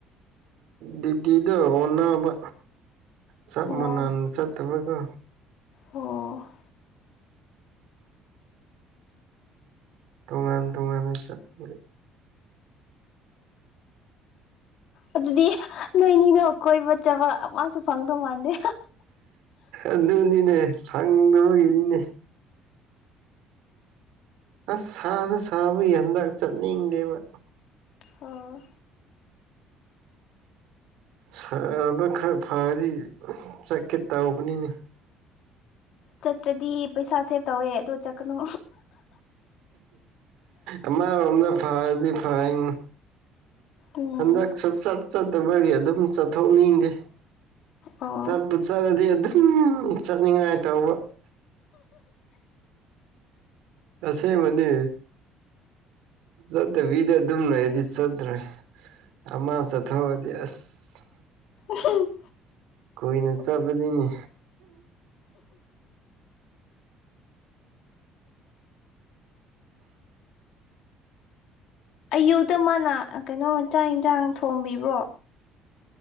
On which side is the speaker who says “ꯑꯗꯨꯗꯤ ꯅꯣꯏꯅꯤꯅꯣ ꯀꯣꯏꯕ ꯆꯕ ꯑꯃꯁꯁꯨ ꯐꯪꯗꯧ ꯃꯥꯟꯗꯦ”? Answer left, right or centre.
Left